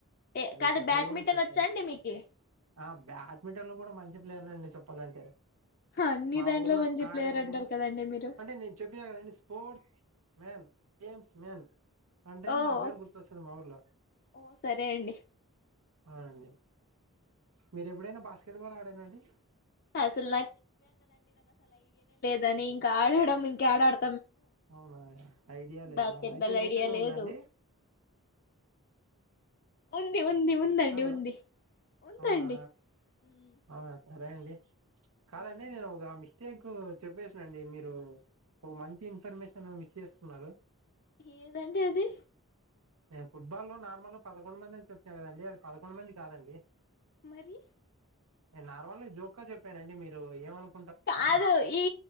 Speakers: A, on the left; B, on the right.
A: ఏ
B: అది
A: కాదు
B: పెద్దలుగున
A: బ్యాడ్మింటన్
B: చెప్పారు.
A: వచ్చా అండి మీకి
B: ఆ బ్యాట్మింటన్ లో కూడ మన్ చి ప్లేయర్ నండి చప్పల్లంటె
A: అన్ని
B: మా
A: దాంట్లో
B: ఊర్లో
A: మంచి ప్లేయర్
B: ఆడేదబ్బుడు
A: అంటారు కదండి మీరు
B: అంటే నేను చెప్పినా కదండి స్పోర్ట్స్ మేన్ గేమ్స్ మెన్ అంటేన్
A: ఓ
B: నా పేర్
A: ఓకే,
B: గుర్తొస్ ఇప్పుడు మా ఊర్లో
A: ఓ సరే అండి
B: అవునండి మీరు ఎప్పుడైనా బా స్కెట్బాల్ ఆడార అండి
A: అసలు దాన్ని ఇంక ఆడడం ఇంక్యాడాడు
B: అవునా ఐడియా లేదా
A: బాస్కెట్
B: అయితే
A: బాల్
B: ఎయిర్టెల్
A: ఐడియా
B: ఉందా
A: లేదు
B: అండి?
A: ఉంది ఉంది ఉందండి
B: హలో
A: ఉంది ఉందండి
B: అవునా
A: ఉమ్,
B: ఆ సరే అండి కాల
A: ఉమ్.
B: అన్నే నేనువ ఒక ఆమె ప్రత్యేక చెప్పేసినండి మీరు ఒక మంచి ఇన్ఫర్మేషన్ మిస్ చేసుకున్నారు
A: ఏదండి అది
B: నేను ఫుట్బా లో నార్మల్ పదకొండు మంది అంచి చ వచ్చినా కదండి అది పదకొండు మంది కాదండి
A: మరి
B: నేను నార్మల్గా జోకా చెప్పానండి మీరు ఏమనుకో
A: కాదు ఈ